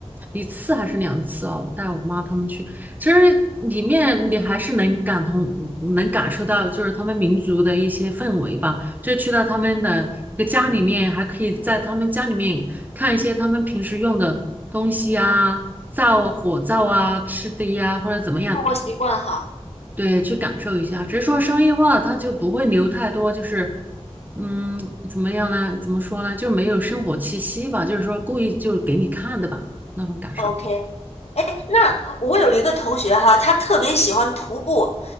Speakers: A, on the right; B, on the left.
A: 一次还是两次哦，我带我妈他们去，其实里面你还是能感同，能感受到就是他们民族的一些氛围吧。就去到他们的一个家里面，还可以在他们家里面看一些他们平时用的东西啊，灶啊、火灶啊、吃的呀，或者怎么样，
B: 生活习惯哈。
A: 对，去感受一下。只是说商业化，它就不会留太多，就是，嗯，怎么样呢？怎么说呢？就是没有生活气息吧，就是说故意就是给你看的吧，那种感受。
B: OK，哎，那我有一个同学哈，他特别喜欢徒步，